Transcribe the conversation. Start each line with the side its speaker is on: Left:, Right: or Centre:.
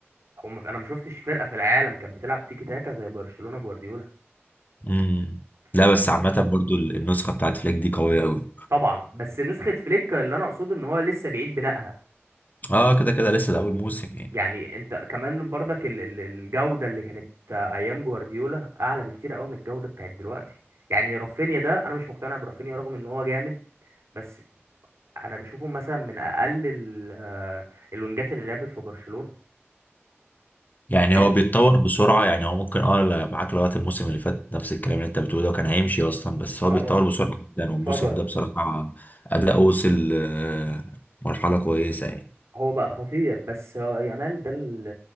Right: هم انا ما شفتش فرقه في العالم كانت بتلعب تيكي تاكا زي برشلونه جوارديولا
Left: امم لا
Right: ف-
Left: بس عامة برضو ال- النسخة بتاعت فليك دي قوية قوي
Right: طبعا بس نسخه فليك اللي انا اقصده ان هو لسه بعيد بنائها
Left: اه كده كده لسه الأول موسم يعني
Right: يعني انت كمان برضك ال- ال- الجوده اللي كانت ايام جوارديولا اعلى بكتير قوي من الجوده بتاعت دلوقتي يعني رافينيا ده انا مش مقتنع برافينيا رغم ان هو جامد بس انا بشوفه مثلا من اقل ال- آه، الوينجات اللي لعبت في برشلونه
Left: يعني
Right: فاهم
Left: هو بيتطور بسرعة يعني هو ممكن اه ل- معاك لغاية الموسم اللي فات نفس الكلام اللي انت بتقوله ده وكان هيمشي أصلا بس هو
Right: اه
Left: بيتطور بسرعة جدا
Right: انفجر
Left: والموسم ده بصراحة أداء وصل آه، مرحلة كويسة يعني
Right: هو بقى خطير بس هو يامال ده ال-